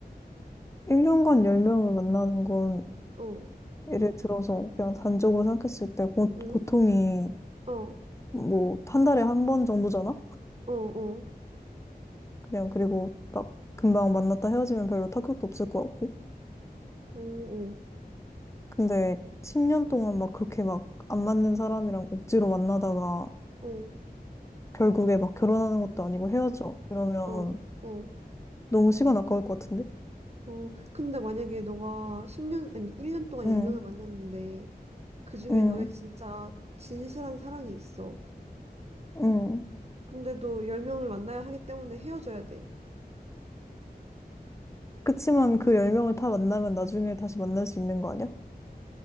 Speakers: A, on the left; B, on the right.
A: 1년간 10명을 만나는 건
B: 어,
A: 예를 들어서 그냥 단적으로 생각했을 때 고,
B: 응?
A: 고통이
B: 어, 어,
A: 뭐 한 달에 한 번 정도잖아?
B: 어,
A: 그냥 그리고 막 금방 만났다 헤어지면 별로 타격도 없을 것 같고.
B: 어, 어.
A: 근데 10년 동안 막 그렇게 막 안 맞는 사람이랑 억지로 만나다가
B: 어.
A: 결국에 막 결혼하는 것도 아니고 헤어져. 이러면
B: 어, 어,
A: 너무 시간 아까울 것 같은데?
B: 어. 근데 만약에 너가 10년, 아니, 1년 동안
A: 응.
B: 10명을 만났는데, 그중에
A: 응.
B: 너의 진짜 진실한 사랑이 있어.
A: 응.
B: 근데도 10명을 만나야 하기 때문에 헤어져야 돼.
A: 그치만 그 열명을다 만나면 나중에 다시 만날 수 있는 거 아니야?